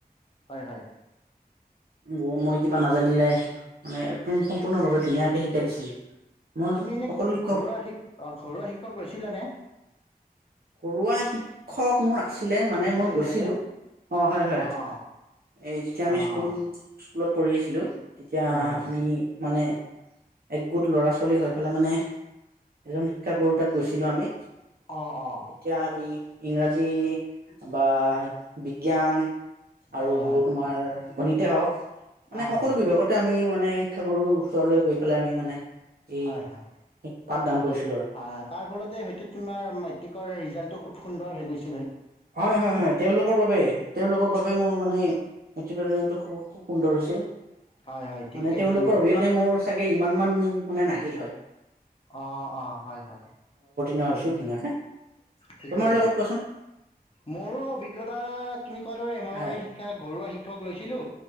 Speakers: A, on the left; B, on the right.
A: হয় হয়।
B: বৌ মই কিবা নাজানিলে মানে একদম সম্পূৰ্ণভাৱে ধুনীয়াকে শিকাই দিছিল। মই
A: তুমি এনে
B: সকলো শিক্ষক
A: ঘৰুৱা শ ঘৰুৱা শিক্ষক লৈছিলানে?
B: ঘৰুৱা শিক্ষক মোৰ আছিলে মানে
A: টিউচন
B: মই গৈছিলোঁ
A: হিচাপে
B: অ হয় হয়
A: অঁ অঁ
B: এই যেতিয়া আমি
A: অঁ
B: স্কুল স্কুলত পঢ়ি আছিলোঁ। তেতিয়া আমি।
A: হয় হয়
B: মানে একগোট ল'ৰা ছোৱালী হৈ পেলাই মানে এজন শিক্ষাগুৰু তাত গৈছিলো আমি।
A: অ অ।
B: তেতিয়া আমি ইংৰাজী বা বিজ্ঞান। আৰু
A: হয় হয়
B: তোমাৰ। গণিতেই হওঁক মানে
A: অঁ
B: সকলো
A: অঁ
B: বিভাগতে আমি মানে শিক্ষাগুৰুৰ ওচৰলৈ গৈছো। পে আমি মানে এই
A: হয় হয়।
B: পাঠদান কৰিছো।
A: হয় তাৰ, ফলতে হয়তো তোমাৰ মেট্ৰিকৰ ৰিজাল্ট। খুব সুন্দৰ হৈ গৈছে।
B: হয় হয় হয় তেওঁলোকৰ বাবে তেওঁলোকৰ বাবে মোৰ মানে। আক যন্তু খুব। খুব সুন্দৰ হৈছিল
A: হয় হয় ঠিকে
B: মানে তেওঁলোকৰ
A: আছে
B: অবিহনে মোৰ চাগে ইমান। মানে নাহিল হয়।
A: অঁ, অঁ, হয় হয়।
B: নহছো ধুনীয়াে।
A: ঠিকেই
B: তোমাৰ লগত কোৱাচোন।
A: মোৰো অভিজ্ঞতা, তুমি কোৱা দৰে এমাৱাৰী
B: হয়
A: শিক্ষা ঘৰুৱা শিক্ষক লৈ। কৈছিলো।